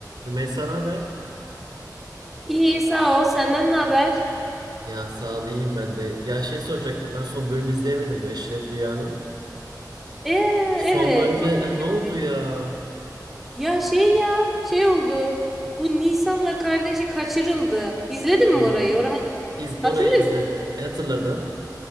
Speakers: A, on the right (about 80°); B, in the centre.
A: Rümeysa ne haber?
B: İyi sağ ol. Senden ne haber?
A: Ya sağ ol iyiyim ben de. Ya şey soracaktım ben son bölüm izleyemedim bu Eşref Rüya'nın.
B: Ee,
A: Son
B: evet
A: bölümde
B: çok iyi.
A: ha, ne oldu ya?
B: Ya şey ya şey oldu. Bu Nisan'la kardeşi kaçırıldı. İzledin
A: Tamam.
B: mi orayı? Orayı
A: İz,
B: hatırlıyor
A: orayı izledim.
B: musun?
A: e, Hatırladım.